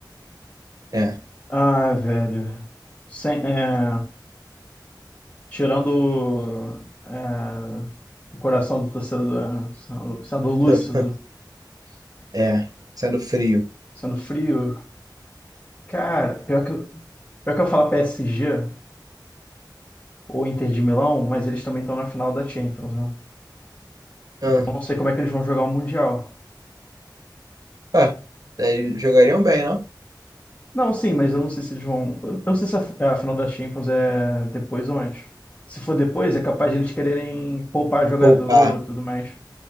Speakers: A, on the right; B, on the left.
A: É.
B: Ah, velho. Sem, é, tirando é, o coração do torcedor, né? sendo, sendo lúcido,
A: <laughs> É. Sendo frio.
B: sendo frio. Cara, pior que, eu- pior que eu falar PSG ou Inter de Milão, mas eles também estão na final da Champions, né?
A: Ah,
B: Então eu não sei como é que eles vão jogar o Mundial.
A: pá, daí jogariam bem, não?
B: Não, sim, mas eu não sei se eles vão. Eu não sei se a, a final da Champions é depois ou antes. Se for depois, é capaz de eles quererem poupar jogador
A: Poupar.
B: e tudo mais.